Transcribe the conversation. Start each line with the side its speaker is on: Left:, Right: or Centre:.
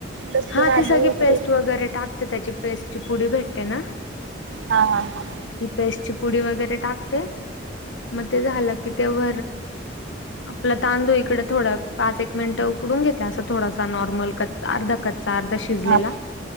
Right: लसूण
Left: हा
Right: आलं
Left: सग
Right: वगैरे
Left: पेस्ट वगर टाकते. तर त्याची पेस्ट ची पुडी भेटते ना.
Right: हा हा हा
Left: ती पेस्टची पुडी वगैरे टाकते मग ते झालं की ते व, आपला तांदूळ इकडे थोडं पाच एक मिनट उकडून घेते असं थोडासा नॉर्मल कच् अर्धा कचा, अर्धा शिजलेला
Right: हा